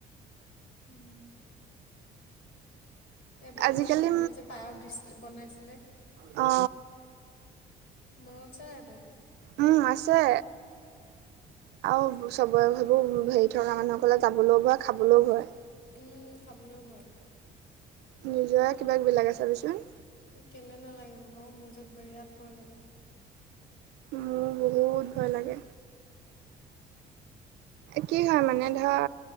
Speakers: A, on the left; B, on the right.
A: উম। এবা
B: আজিকালি
A: মই যাওঁতে যে পায়স দিছিল বনাইছিলে?
B: অঁ।
A: মনত আছে নাই টো?
B: উম, আছে। আও চবৰে ভাবোঁ হেৰি থকা মানুহসকলে যাবলও ভয়, খাবলও ভয়।
A: উম, খাবলও ভয়।
B: নিজৰে কিবা কিবি লাগে চাবিচোন।
A: কেলে নালাগিব বাও, মোৰ যে বিৰাট ভয় লাগে।
B: মো বহুত ভয় লাগে। কি হয় মানে ধৰ